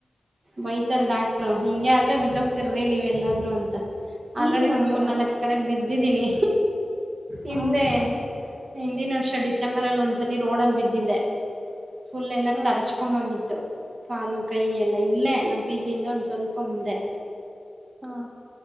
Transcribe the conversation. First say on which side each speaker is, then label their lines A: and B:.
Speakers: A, on the right; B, on the right.
A: ಬೈತಾರ್ ಡಾಕ್ಟ್ರು ಹಿಂಗೆ ಆದ್ರೆ ಬಿದ್ದಹೋಗ್ತಿರಿ ನೀವೆ ಎಲ್ಲಾದ್ರು ಅಂತ. ಅಲ್ರಾಡಿ
B: ಹ್ಮ್
A: ಒಂದ್
B: ಮತ್ತೆ
A: ಮೂರ್ ನಾಲ್ಕ್ ಕಡೆ ಬಿದ್ದಿದ್ದೀನಿ ಹಿಂದೆ.
B: ಹೌದಾ
A: ಹಿಂದಿನ್ ವರ್ಷ ಡಿಸೆಂಬರ್ ಅಲ್ಲಿ ಒಂದ್ಸಲ ರೋಡಲ್ಲಿ ಬಿದ್ದಿದ್ದೆ. ಫುಲ್ ಎಲ್ಲಾ
B: ಹಾ
A: ತರಚ್ಕೊಂಡ್ ಹೋಗಿತ್ತು ಕಾಲು ಕೈ ಎಲ್ಲ. ಇಲ್ಲೇ ನಮ್ಮ ಪಿಜಿ ಯಿಂದ ಒಂದ ಸ್ವಲ್ಪ ಮುಂದೆ.
B: ಹಾ